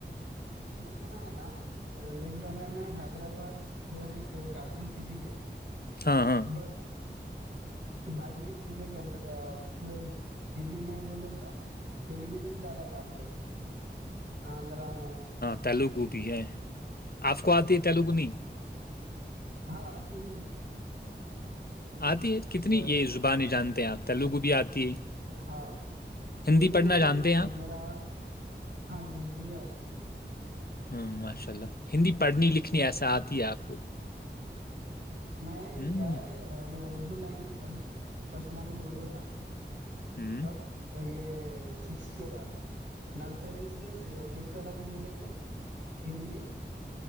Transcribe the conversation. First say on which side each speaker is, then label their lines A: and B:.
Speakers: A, on the right (about 70°); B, on the left (about 55°).
A: تلنگانہ ہے نا تلنگانہ میں حیدرآباد جو ہے ایک کیپٹل سٹی ہے
B: ہاں ہاں
A: بٹ باقی یہ پورے کنٹ پورے سٹی میں بولے تو تیلگو میں ہی زیادہ بات کرتا ہے آندرا میں
B: تیلو گوبھی ہے آپ کو آتی ہے تیلگو نہیں
A: ہاں ہاں ت ہو
B: آتی ہے کتنی
A: آتی
B: یہ زبانیں جانتے ہیں آپ تیلگو بھی آتی ہے
A: ہاں تیلگو
B: ہندی پڑھنا
A: میڈم
B: جانتے ہیں آپ
A: میرا ہاں جی ہندی بھی آتی
B: ہوں ماشاء اللہ ہندی پڑھنی لکھنی ایسا آتی ہے آپ کو
A: جی جی جی میں
B: ہوں
A: کیا ہے میں اور دو لینگو ف فرسٹ لینگوج جوڑتا تھا
B: ہوں
A: کب یہ <unintelligible> سکس کے بعد نرسری سے ففت الگ میرے کو ہندی